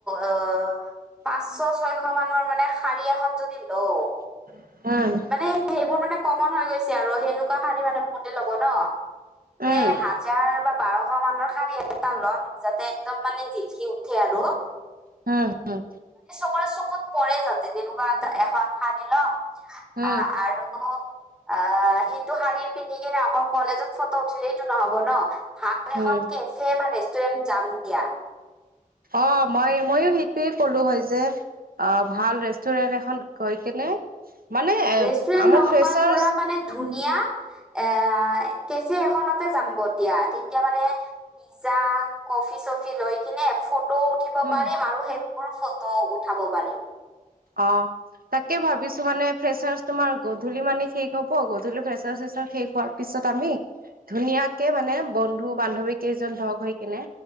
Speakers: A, in the centre; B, on the right.
A: অ' পাঁচশ ছয়শ মানৰ, শাৰী এখন যদি লও,
B: উম
A: মানে সেইবোৰ মানে কলা হৈ- আৰু সেনেকুৱা শাৰী মানে বহুতে ল'ব ন।
B: উম
A: হাজাৰ বা বাৰ শ মানৰ শাৰী এটা লম, যাতে একদম মানে জিলিকি উঠে আৰু।
B: হম হম।
A: ৰে চকুত পৰে যাতে, তেনেকুৱা এ এখন সানি লম
B: উম
A: আহ আৰু আহ সিটো শাৰী পিন্ধি কিনে অকল কলেজত ফটো উঠিলে এইটো নহ'ব ন। হ এখন
B: উম
A: কেফে বা ৰেষ্টুৰেণ্ট জাম দিয়া।
B: অ' মই ময়ো সেইটোৱে কলো হয় যে, অ' ভাল ৰেষ্টুৰেণ্ট এখন গৈ কেনে মানে
A: ৰেষ্টুৰেন্ট
B: আমাৰ
A: নহয়
B: ফ্ৰেচাৰ,
A: পুৰা মানে ধুনীয়া এ কেফে এখনতে যাম বদিয়া তেতিয়া মানে পিজ্জা কফি চফি লৈ কিনে ফটো উঠিব
B: উম
A: পাৰিম আৰু সেইবোৰ ফটো উঠাব পাৰিম।
B: অ' তাকে ভাবিছো মানে। ফ্ৰেচাৰ তোমাৰ গধূলি মানে শেষ হ'ব গধূলি ফেচাৰ চেচাৰ শেষ হোৱাৰ পিছত তাচত আমি ধুনীয়াকে মানে বন্ধু বান্ধৱী কেইজন লগ হৈ কিনে